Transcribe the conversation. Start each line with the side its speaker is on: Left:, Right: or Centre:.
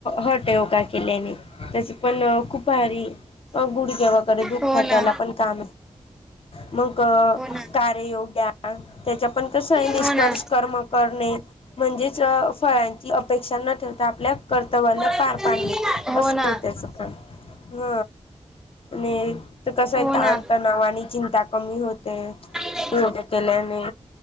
Left: हॉट योगा केल्याने त्याच पण खुपहारी गुडग्या वगैरे दुखतात
Centre: हो ना
Left: त्याला पण का मग
Centre: हो ना
Left: कारयोग्या ह त्याच्या पण कस आहे निष्कर्ष
Centre: हो ना
Left: कर्म करणे. म्हणजेच फळांची अपेक्षा न ठेवता आपल्या कर्तवाला
Centre: हो
Left: पार पाडणे
Centre: ना हो
Left: असं
Centre: ना
Left: त्याचं पण ह आणि तर कस आहे
Centre: हो
Left: तण
Centre: ना
Left: तणावा आणि चिंता कमी होते.
Centre: हो
Left: केल्याने